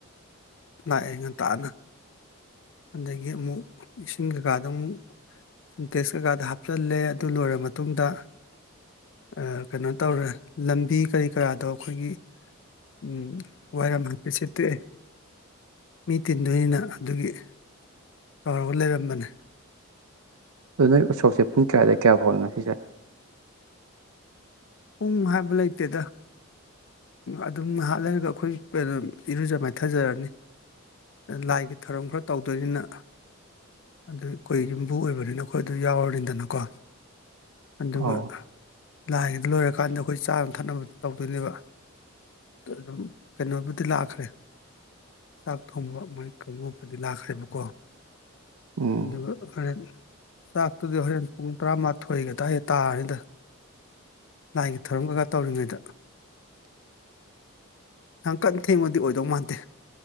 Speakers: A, on the left (about 55°); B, on the right (about 80°).
A: ꯂꯥꯛꯑꯦ ꯉꯟꯇꯥꯥꯅ ꯑꯗꯒꯤ ꯑꯃꯨꯛ ꯏꯁꯤꯡ ꯀꯩꯀꯥꯗ ꯑꯃꯨꯛ ꯁꯤꯟꯇꯦꯛꯁ ꯀꯀꯥꯗ ꯍꯥꯞꯆꯜꯂꯦ ꯑꯗꯨ ꯂꯣꯏꯔꯕ ꯃꯇꯨꯡꯗ ꯑ ꯀꯩꯅꯣ ꯇꯧꯔꯦ ꯂꯝꯕꯤ ꯀꯔꯤ ꯀꯔꯥꯗꯣ ꯑꯩꯈꯣꯏꯒꯤ ꯎꯝ ꯋꯥꯏ ꯑꯃꯀꯤꯩꯁꯠꯇꯇꯩ ꯃꯤ ꯇꯤꯟꯗꯣꯏꯅꯤꯅ ꯑꯗꯨꯒꯤ ꯇꯧꯔꯒ ꯂꯩꯔꯝꯕꯅꯦ
B: ꯑꯗꯨ ꯅꯣꯏ ꯎꯠꯁꯣꯞꯁꯦ ꯄꯨꯡ ꯀꯌꯥꯗ ꯀꯌꯥ ꯐꯥꯎꯅꯦ ꯉꯁꯤꯁꯦ
A: ꯄꯨꯡ ꯍꯥꯏꯕ ꯂꯩꯇꯦꯗ ꯑꯗꯨꯝ ꯉꯍ ꯂꯩꯔꯒ ꯑꯩꯈꯣꯏ ꯀꯩꯅꯣ ꯏꯔꯨꯖ ꯃꯥꯏꯊꯖꯔꯅꯤ ꯂꯥꯏꯒꯤ ꯊꯧꯔꯝ ꯈꯔ ꯇꯧꯗꯣꯏꯅꯤꯅ ꯑꯗꯨ ꯑꯩꯈꯣꯏ ꯌꯨꯝꯕꯨ ꯑꯣꯏꯕꯅꯤꯅ ꯑꯩꯈꯣꯏ ꯑꯗꯨ ꯌꯥꯎꯔꯅꯤꯗꯅꯀꯣ ꯑꯗꯨꯒ
B: ꯑꯧ
A: ꯂꯥꯏꯒꯤꯗ ꯂꯣꯏꯔꯀꯥꯟꯗ ꯑꯩꯈꯣꯏ ꯆꯥꯅ ꯊꯛꯅꯕ ꯇꯧꯗꯣꯏꯅꯦꯕ ꯑꯗꯨꯝ ꯀꯩꯅꯣꯕꯨꯗꯤ ꯂꯥꯛꯈ꯭ꯔꯦ ꯆꯥꯛ ꯊꯣꯡꯕ ꯃꯣꯏ ꯀꯥꯡꯂꯨꯞꯄꯨꯗꯤ ꯂꯥꯛꯈ꯭ꯔꯦꯕꯀꯣ
B: ꯎꯝ
A: ꯑꯗꯨꯒ ꯍꯣꯔꯦꯟ ꯆꯥꯛꯇꯨꯗꯤ ꯍꯣꯔꯦꯟ ꯄꯨꯡ ꯇꯔꯥꯃꯥꯊꯣꯏꯒꯗꯥꯏ ꯇꯥꯔꯤꯅꯤꯗ ꯂꯥꯏꯒꯤ ꯊꯧꯔꯝ ꯀꯩꯀꯥ ꯇꯧꯔꯤꯉꯩꯗ ꯌꯥꯝ ꯀꯟꯅ ꯊꯦꯡꯕꯗꯤ ꯑꯣꯏꯗꯧ ꯃꯥꯟꯗꯦ